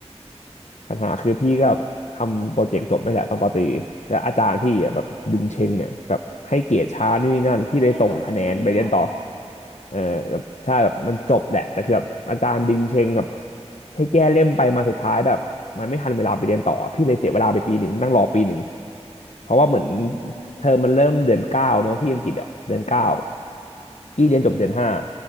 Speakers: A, on the left; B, on the left.
A: ปัญหาคือพี่ก็แบบทำโปรเจกต์จบไม่แหละตอนปตรีแต่อาจารย์พี่อ่ะแบบดึงเชงอ่ะแบบให้เกรดช้านู่นนี่นั่นพี่เลยส่งคะแนนไปเรียนต่อ
B: ไม่ให้จบสักทีอย่างเงี้ยเหรอคะ
A: เออแบบใช่แบบมันจบแหละแต่คือแบบอาจารย์ดึงเชงแบบให้แก้เล่มไปมาสุดท้ายแบบมันไม่ทันเวลาไปเรียนต่อพี่เลยเสียเวลาไปปีหนึ่งนั่งรอปีหนึ่งเพราะว่าเหมือน
B: อ๋อ
A: เทอมมันเริ่มเดือนเก้าเนาะที่อังกฤษอ่ะเดือนเก้าพี่เรียนจบเดือนห้า